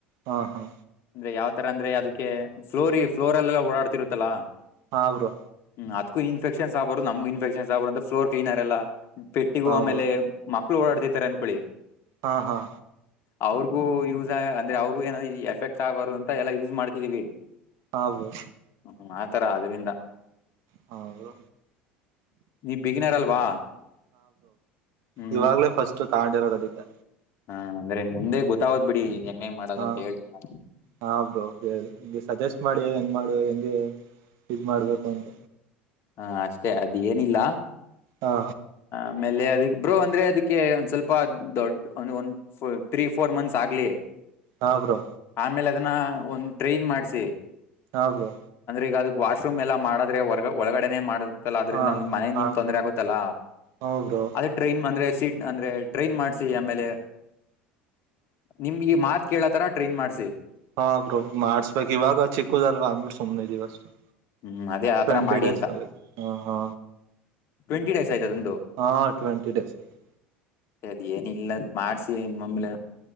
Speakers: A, on the right; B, on the left.
A: ಹಾ ಹಾ
B: ಅಂದ್ರೆ ಯಾವ. ಅಂದ್ರೆ ಅದಕ್ಕೆ ಫ್ಲೋರಿ ಫ್ಲೋರ್ಲ್ಲೆಲ್ಲ ಓಡಾಡ್ತಿರುತ್ತಲ್ಲಾ
A: ಹಾ ಬ್ರೋ
B: ಹ್ಮ. ಇನ್ಫೆಕ್ಷನ್ ಆಗಬಾರದು ನಮಗು ಇನ್ಫೆಕ್ಷನ್ ಆಬಾರ ಅಂತಫಲೋರ್ ಕ್ಲೀನರ್ ಎಲ್ಲೆಟ್ಟಿಗೂ
A: ಹಾ
B: ಆಮೇಲೆ.
A: ಬ್ರೋ
B: ಓಡಡ್ಿದಿದ್ದಾರೆಾರೆ ಅನ್ಕೊಳ್ಳಿ.
A: ಹಾ ಹಾ.
B: ಅವ್ರಿಗೂ ಯೂಸ್ ಅಂದ್ರೆ ಅವ್ರಗೂ ಏನ ಎಫೆಕ್ಟ್ ಆಗ್ಬಾರು ಅಂತ ಎಲ್ಲಾ ಯೂಸ್ ಮಾಡ್ತಿದೀವಿ.
A: ಹ ಬ್ರೋ.
B: ್ಮ ಆತರ ಅದ್ರಿಂದ.
A: ಹಾ ಬ್ರೋ.
B: ನೀ ಬಿಗಿನರ್ ಅಲ್ವಾ ಹ್ಮ.
A: ಇವಾಗಲೇ ಫಸ್ಟ್ ತಗಂಡೊಂಡಿರೋದ ಅದಕ್ಕೆ.
B: ಹಾ ಅಂದ್ರೆ ಮುಂದೆ ಗೊತ್ತಾಗೋದ್ ಬಿಡಿ ಹೆಂಗ ಹೆಂಗ ಮಾಡೋದು
A: ಹಾ
B: ಅಂತ ಹೇಳ್ತಿನಿ ನಾ.
A: ಹಾ ಬ್ರೋ ಹೇಳಿ ಹಗೆ ಸಜೆಸ್ಟ್ ಮಾಡಿ ಹೆಂಗ್ ಮಾಡು ಹೆಂಗೆ ಇ ಮಾಡ್ಬೇಕು ಅಂತ.
B: ಹಾ ಅಷ್ಟೇ ಅದ ಏನಿಲ್ಲ.
A: ಹಾ.
B: ಆಮೇಲೆ ಅದ ಬ್ರೋ ಅಂದ್ರೆ ಅದಕ್ಕೆ ಒಂದ್ ಸ್ವಲ್ಪ ದೊಡ್ ಒಂದ್ ಒಂದ್ ತ್ರೀ ಫೋರ್ ಮಂತ್ಸ್ ಆಗ್ಲಿ
A: ಹಾ ಬ್ರೋ
B: ಆಮೇಲೆ ಅದನ್ನ ಒಂದ್ ಟ್ರೈನ್ ಮಾಡಿಸಿ
A: ಹಾ ಬ್ರೋ
B: ಈಗ ಅದಕ್ ವಾಶ್ರೂಮ್ ಎಲ್ಲ ಮಾಡಿದ್ರೆ ಒಳಗಡೆನೆ ಮಾಡ ಲ್ಲ ಅದ್ರಿಂದ
A: ಹಾ
B: ಮನೆ
A: ಹಾ
B: ನಿಮ್ ತೊಂದರೆ ಆಗುತ್ತಲ್ಲ
A: ಹಾ ಬ್ರೋ
B: ಅದೇ ಟ್ರೈನ್ ಅಂದ್ರೆ ಸೀಟ್ ಅಂದ್ರೆ ಟ್ರೈನ್ ಮಾಡ್ಸಿ ಆಮೇಲೆ ನಿಮ್ಗೆ ಮಾತ್ ಕೇಳತರ ಟ್ರೈನ್ ಮಾಡ್ಸಿ
A: ಹಾ ಬ್ರೋ ಮಾಡ್ಸ್ಬೇಕ್ ಇವಾಗ ಚಿಕ್ಕದಲ್ವಾ ಅಂದ್ಬಿಟ್ಟು ಸುಮ್ನೆ ಇದೀವಿ ಅಷ್ಟೇ
B: ಹ್ಮ್ ಅದೇ ಆತರ
A: ಟ್ವೆಂಟಿ
B: ಮಾಡಿ
A: ಡೇಸ್
B: ಅಂತ
A: ಆಗುತ್ತೆ ಹಾ ಹಾ
B: ಟ್ವೆಂಟಿ ಡೇಸ್ ಅದು ಒಂದು
A: ಹಾ ಟ್ವೆಂಟಿ ಡೇಸ್ ಆಯ್ತು
B: ಅದ ಏನಿಲ್ಲ ಮಾಡ್ಸಿ ಮಾಮೂಲಿ